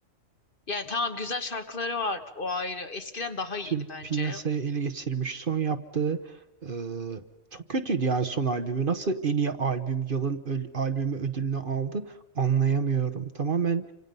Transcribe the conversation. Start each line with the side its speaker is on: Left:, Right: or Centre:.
Left: Yani tamam güzel şarkıları var. O ayrı. Eskiden daha iyiydi
Right: Tüm
Left: bence.
Right: piyasayı ele geçirmiş. Son yaptığı e, çok kötüydü yani son albümü. Nasıl en iyi albüm, yılın öl- albümü ödülünü aldı anlayamıyorum. Tamamen